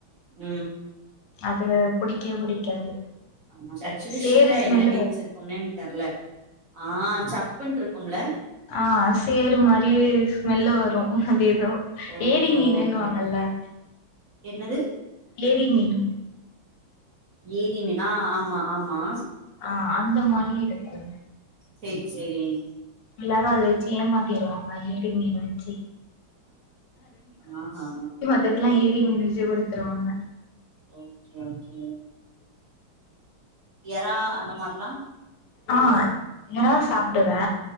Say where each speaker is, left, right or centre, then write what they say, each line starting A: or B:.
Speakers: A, on the right (about 45°); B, on the left (about 80°).
A: உ
B: அது புடிக்க புடிக்காது
A: ஆமா ஆக்சுவலி
B: சேறு
A: ஷீலா
B: ஸ்மெல்லு
A: என்ன டேப்ஸ்
B: வரு
A: இருக் ஒன்னுமே எனக் தெர்ல ஆ சப்புனுட்ருக்கும்ல
B: ஆ சேரு மாரி ஸ்மெல்லு வரு அது எதோ
A: ஓ
B: ஏரி மீனுனுவாங்கல்ல
A: ஓகே என்னது
B: ஏரி மீன்
A: ஏரி மீனா ஆமா ஆமா
B: ஆ அந்த மாரி இருக்கும்
A: சேரி செரிங்
B: எல்லாரு அத வெச்சி ஏமாத்திருவாங்க ஏரி மீன வெச்சி
A: ஆ ஆ
B: த்தகுலா ஏரி மீனு வெஜூ கூட வித்துருவாங்க
A: ஓகே ஓகே எறா அந்த மாருலா
B: ஆ எறா சாப்டுவே